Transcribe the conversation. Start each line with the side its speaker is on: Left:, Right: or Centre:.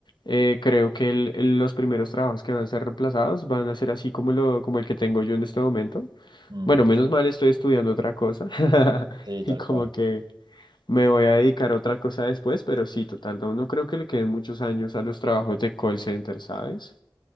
Left: eh, creo que el- el- los primeros trabajos que van a ser reemplazados van a ser así como, lo, como el que tengo yo en este momento.
Right: Mm.
Left: Bueno, menos mal estoy estudiando otra cosa <laughs>
Right: Sí, tal
Left: y como
Right: cual.
Left: que me voy a dedicar a otra cosa después, pero sí, total, no, no creo que le queden muchos años a los trabajos de call center, ¿sabes?